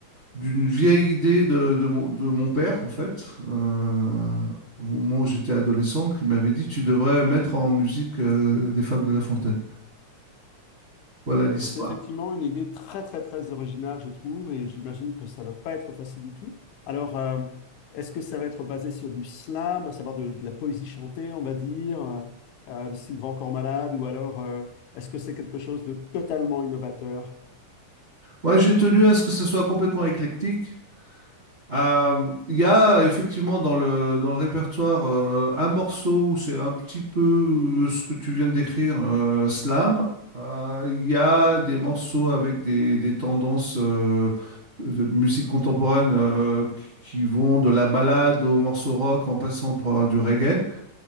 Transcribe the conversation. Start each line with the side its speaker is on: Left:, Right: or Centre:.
Right: d'une vieille idée de, de mon, de mon père, en fait, euh, au moment où j'étais adolescent, qui m'avait dit, tu devrais mettre en musique euh, des Fables de La Fontaine. Voilà l'histoire.
Left: Bah, C'est effectivement une idée très, très, très originale, je trouve, et j'imagine que ça ne doit pas être facile du tout. Alors, euh, est-ce que ça va être basé sur du slam, à savoir de, de la poésie chantée, on va dire, euh, euh, de style Grand Corps Malade, ou alors euh, est-ce que c'est quelque chose de totalement innovateur?
Right: Moi, j'ai tenu à ce que ce soit complètement éclectique. Euh, Il y a effectivement dans le, dans le répertoire euh, un morceau où c'est un petit peu euh, ce que tu viens de décrire, euh, slam. Euh, Il y a des morceaux avec des, des tendances euh, de musique contemporaine euh, qui vont de la ballade au morceau rock en passant par du reggae.